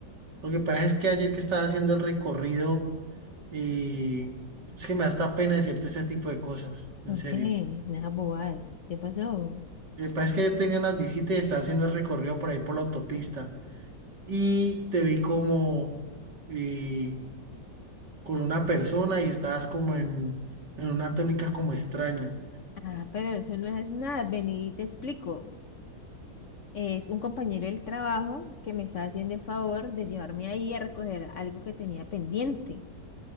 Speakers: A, on the right (about 65°); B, on the left (about 50°).
A: Lo que pasa es que ayer que estaba haciendo el recorrido, eh, es que me da hasta pena decirte ese tipo de cosas, en
B: ¿Por
A: serio.
B: qué? Nada bobadas. ¿Qué pasó?
A: Lo que pasa es que ayer tenía unas visitas y estaba haciendo el recorrido por ahí por la autopista. Y te vi como eh, con una persona y estabas como en, en una tónica como extraña.
B: Ah, pero eso no es nada, vení y te explico. Es un compañero del trabajo que me está haciendo el favor de llevarme ahí a recoger algo que tenía pendiente,